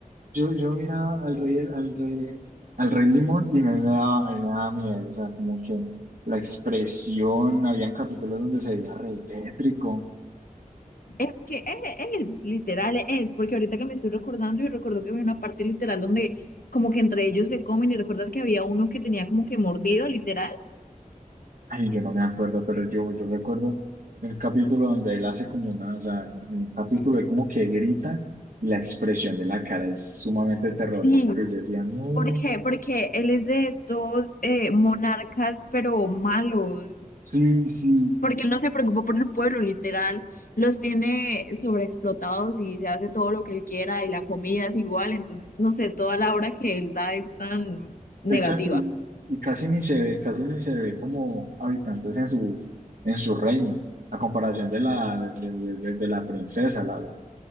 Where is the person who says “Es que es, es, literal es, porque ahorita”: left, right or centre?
Left